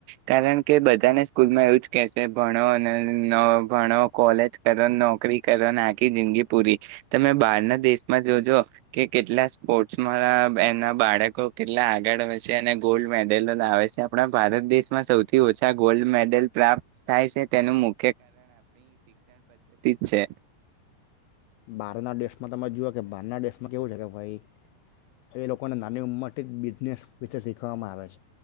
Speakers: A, on the right (about 80°); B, on the left (about 85°).
A: કારણ કે બધાને સ્કૂલમાં એવું જ કેશે ભણો અને નો ભણો, કોલેજ કરો, નોકરી કરોને, આખી જિંદગી પૂરી તમે બાર ના દેશમાં જોજો કે કેટલા સ્પોર્ટ્સમાં એના બાળકો કેટલા આગળ હોય છે અને ગોલ્ડ મેડલો લાવે છે. આપણા દેશમાં સૌથી ઓછા ગોલ્ડ મેડલ પ્રાપ્ત થાય શે તેનું મુ જ છે
B: બાર ના દેશમાં તમે જુઓ કે બહારના દેશમાં કેવું છે કે ભાઈ એ લોકોને નાની ઉંમરથી બિઝનેસ વિશે શીખવામાં આવે છે